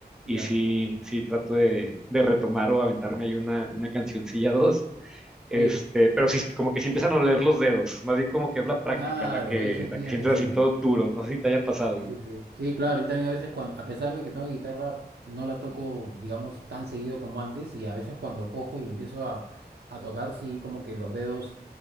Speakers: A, in the centre; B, on the right.
A: y
B: ya.
A: sí, sí trato de, de retomar o aventarme ahí una, una cancioncilla <laughs> dos, este,
B: Oye,
A: pero sí, como que sí empiezan a oler los dedos, más bien como que es la práctica
B: claro,
A: la que,
B: eso
A: la
B: te
A: que
B: iba
A: sientes
B: a decir.
A: así todo duro, no sé si te haya pasado,
B: Sí, sí. Sí, claro, y también a veces cuando, a pesar de que tengo guitarra, no la toco, digamos, tan seguido como antes, y a veces cuando cojo y empiezo a, a tocar, sí, como que los dedos